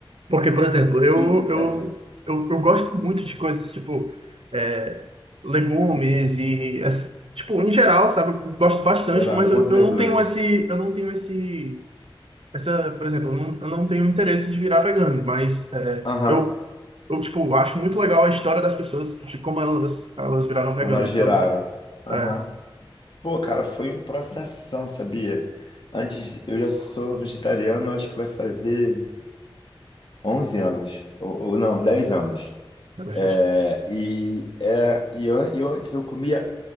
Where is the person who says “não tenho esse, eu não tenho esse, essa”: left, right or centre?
Right